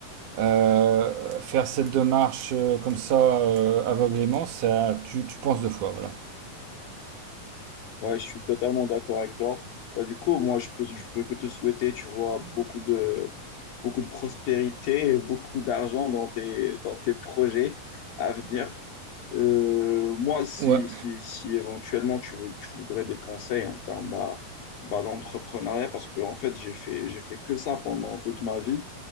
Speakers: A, on the right; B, on the left.
A: euh, faire cette démarche euh, comme ça euh, aveuglément, ça, tu, tu penses deux fois, voilà.
B: Ouais, je suis totalement d'accord avec toi. Ouais, du coup, moi je peux je peux que te souhaiter, tu vois, beaucoup de beaucoup de prospérité et beaucoup d'argent dans tes dans tes projets à venir. Euh, moi, si,
A: Ouais,
B: si, si éventuellement tu veux, tu voudrais des conseils en termes bah, bah, d'entrepreneuriat, parce que en fait, j'ai fait, j'ai fait que ça pendant toute ma vie.